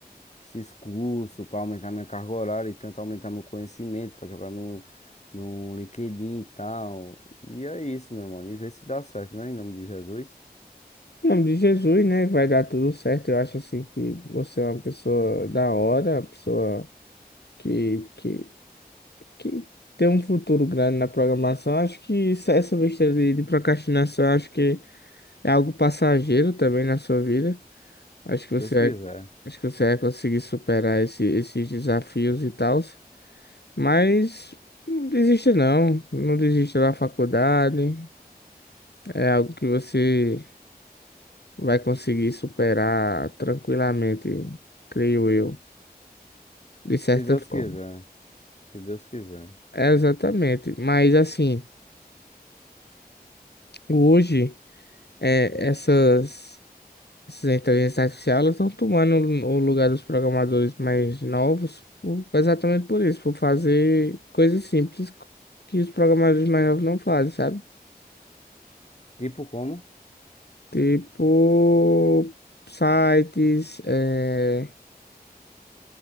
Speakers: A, on the left; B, on the left.
A: esses cursos para aumentar minha carga horária e tanto aumentar meu conhecimento, para jogar no, no LinkedIn e tal. E é isso, meu mano. E ver se dá certo, né? Em nome de Jesus.
B: Em nome de Jesus, né? Vai dar tudo certo. Eu acho assim que você é uma pessoa da hora, uma pessoa que, que, que tem um futuro grande na programação. Acho que isso- é essa besteira de, de procrastinação, acho que é algo passageiro também na sua vida. Acho que
A: Se
B: você
A: Deus
B: vai,
A: quiser.
B: acho que você vai conseguir superar esse, esses desafios e tal. Mas não desista não, não desista da faculdade. É algo que você vai conseguir superar tranquilamente, creio eu, de certa
A: Se Deus
B: forma.
A: quiser. Se Deus quiser.
B: É exatamente, mas assim, hoje é, essas, essas inteligências artificiais elas estão tomando o lugar dos programadores mais novos, por- exatamente por isso, por fazer coisas simples que os programadores mais novos não fazem, sabe?
A: Tipo como?
B: Tipo sites, é,